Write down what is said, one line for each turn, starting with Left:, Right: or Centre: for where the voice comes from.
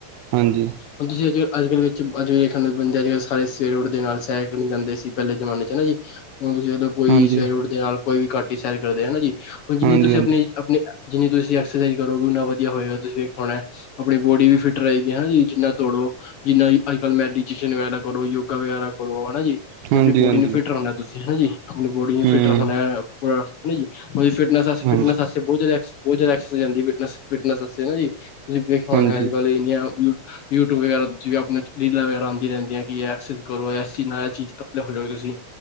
Right: ਹਾਂਜੀ।
Left: ਹੁਣ ਤੁਸੀਂ ਅੱਜ-ਅੱਜ -ਕੱਲ੍ਹ ਵਿਚ ਅੱਜ ਵੇਖਣ ਨੂੰ ਅੱਜ- ਕੱਲ ਸਾਰੇ ਸਵੇਰੇ ਉੱਠਦੇ ਨਾਲ ਸੈਰ ਕਰਨ ਜਾਂਦੇ ਸੀ ਪਹਿਲੇ ਜ਼ਮਾਨੇ ਚ ਹਨਾ ਜੀ। ਹੁਣ ਤੁਸੀਂ ਜਦੋਂ ਕੋਈ
Right: ਹਾਂਜੀ
Left: ਸਵੇਰੇ ਉਠ ਦੇ ਨਾਲ ਕੋਈ ਵੀ ਘੱਟ ਸੈਰ ਕਰਦੇ ਹਨਾ ਜੀ, ਹੁਣ ਜਿੰਨੀ
Right: ਹਾਂਜੀ
Left: ਤੁਸੀਂ ਆਪਣੀ -ਆਪਣੇ ਜਿੰਨੀ ਤੁਸੀ ਐਕਸਾਈਜ਼ ਕਰੋ ਉਨਾ ਵਧੀਆ ਹੋਏਗਾ ਤੁਸੀਂ ਵੇਖਾ ਹੋਣਾ। ਆਪਣੀ ਬੋਡੀ ਵੀ ਫਿਟ ਰਹੇਗੀ ਹਨਾ ਜੀ ਜਿੰਨਾ ਦੋੜੋ। ਜਿੰਨਾ ਅਜ-ਅੱਜ -ਕੱਲ੍ਹ ਮੈਡੀਟੇਸ਼ਨ ਵਗੈਰਾ ਕਰੋ ਯੋਗਾ ਵਗੈਰਾ ਕਰੋ ਹਨਾ ਜੀ।
Right: ਹਾਂਜੀ
Left: ਜੇ ਆਪਣੀ ਬੋਡੀ ਨੂੰ ਫਿਟ ਰਹਿਣਾ ਤੁਸੀਂ ਹਨਾ ਜੀ। ਆਪਣੀ ਬੋਡੀ
Right: ਹਾਂਜੀ
Left: ਫਿਟ ਰੱਖਣਾ ਉ ਹਨ ਜੀ, ਉਵੇ ਫਟਨਸ ਅਸ
Right: ਹਮ
Left: -ਫਟਨਸ
Right: ਹਾਂਜੀ
Left: ਅਸ ਬੋਤ ਜ਼ਿਆਦਾ ਐਕਸ ਬਹੁਤ ਐਕਸਾਈਜ਼ ਆਂਦੀ ਐ, ਫਿਟਨਸ - ਫਿਟਨੈਂਸ ਵਾਸਤੇ ਹਨਾ ਜੀ। ਤੁਸੀਂ ਕੀ ਖਾਣਾ
Right: ਹਾਂਜੀ
Left: ਅੱਜ ਕੱਲ ਇੰਨੀਆਂ ਕੁ ਯੂਟਿਊਬ ਵਗੈਰਾ ਵਿੱਚ ਵੀ ਆਪਣੇ ਰੀਲਾਂ ਵਗੈਰਾ ਆਉਦੀ ਰਹਿੰਦੀਆਂ ਇਹ ਐਕਸਜ਼ ਕਰੋ ਏਸ ਚੀਜ਼ ਨਾਲ ਏ ਚੀਜ਼ ਪਤਲੇ ਹੋ ਜਾਓਗੇ ਤੁਸੀਂ,